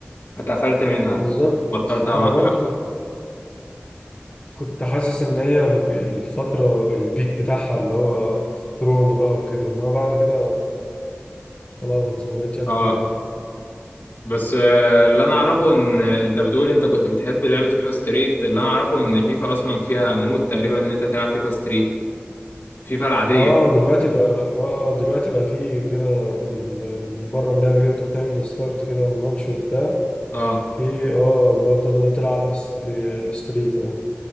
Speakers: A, on the left (about 65°); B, on the left (about 30°).
A: اتقفلت منها
B: بالظبط
A: بطلت ألعب.
B: انا برضو كنت حاسس ان هي الفترة البيك بتاعها اللي هو في كورونا بقى وكده انما بعد كده خلاص ما بقتش قد
A: اه
B: كده يعني
A: بس آه، اللي انا اعرفه ان انت بتقول انت كنت بتحب لعبة فيفا ستريت اللي انا اعرفه ان فيفا اصلا فيها مود تقريبا ان انت تلعب فيفا ستريت فيفا العادية
B: اه
A: يعني.
B: دلوقتي بقى اه آه، دلوقتي بقى في كده في ال- من بره اللعبة كده انت بتعمل ستارت كده ماتش وبتاع
A: اه
B: في اه اللي هو تقدر تلعب ستري- ستريت اه